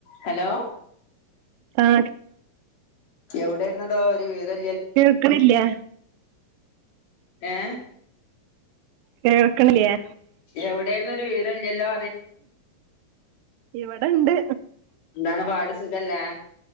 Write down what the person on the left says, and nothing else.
Hello
ഒടെയിരുന്നടോ ഒരു വിവ
ഏ
എവിടായിരുന്നു ഒരു വിവരോലല്ലോ
എന്താണ് പാട് സുഖല്ലേ